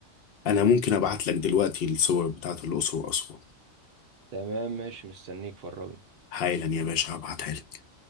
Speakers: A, on the left (about 60°); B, on the right (about 60°).
A: انا ممكن ابعت لك دلوقتي الصور بتاعت الاقصر واسوان
B: تمام ماشي مستنيك فرجني
A: حالا يا باشا هبعتها لك